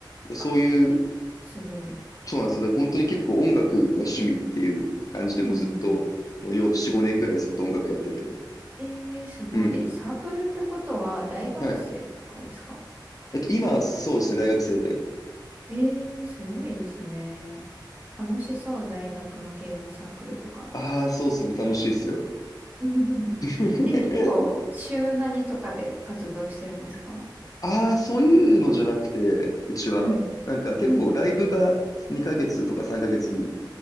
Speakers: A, on the left; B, on the right.
A: そういう、
B: あ、え、すごい。
A: そうなんですよ。だから本当に結構音楽が趣味っていう感じでもうずっと、
B: うんうんうん。
A: もうよ、4、5年ぐらいずっと音楽やってて。
B: えー、すごい。
A: うん。
B: え、サークルってことは大学生とかですか
A: はい。えっと、今、そうですね、大学生で。
B: ええすごいですね。楽しそう、大学の軽音サークルとか。
A: ああ、そうですね、楽しいですよ。
B: <laughs>
A: <laughs>
B: え、結構、週何とかで活動してるんですか
A: ああ、そういうのじゃなくて、うちは、
B: うん、
A: なんか結構ライブが2ヶ月とか3ヶ月に
B: うん。